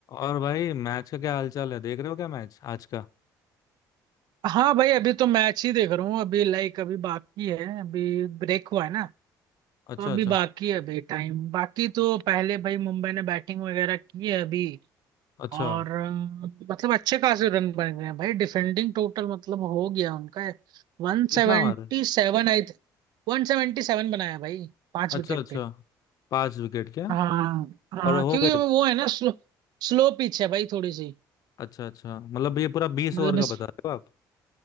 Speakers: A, on the left; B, on the right.
A: और भाई मैच का क्या हालचाल है देख रहे हो क्या मैच आज का
B: हाँ भाई अभी तो मैच ही देख रहा हूँ अभी लाइक अभी बाकी है अभी ब्रेक हुआ है ना
A: अच्छा
B: तो अभी
A: अच्छा
B: बाकी है अभी टाइम बाकी तो पहले भाई मुंबई ने बैटिंग वगैरह की है अभी
A: अच्छा
B: और अम, मतलब अच्छे खासे रन बन गए हैं भाई डिफेंडिंग टोटल मतलब हो गया उनका वन
A: कितना
B: सेवेंटी
A: मारे
B: सेवन आई वन सेवेंटी सेवन बनाया भाई पांच
A: अच्छा
B: विकेट
A: अच्छा
B: पे
A: पांच विकेट क्या
B: हाँ हाँ
A: और हो
B: क्योंकि
A: गए
B: वो है ना स्लो स्लो पिच है भाई थोड़ी सी
A: अच्छा अच्छा मतलब ये पूरा बीस
B: मतलब
A: ओवर का
B: इस
A: बता रहे हो आप